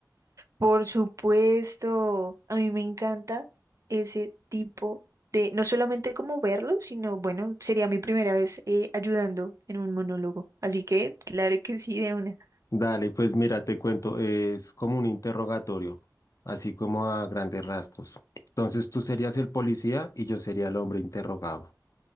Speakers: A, on the right; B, on the left.
A: Por supuesto, a mí me encanta ese tipo de, no solamente como verlo, sino bueno, sería mi primera vez eh, ayudando en un monólogo. Así que, claro que sí, de una.
B: Dale, pues mira, te cuento, es como un interrogatorio, así como a grandes rasgos. Entonces tú serías el policía y yo sería el hombre interrogado.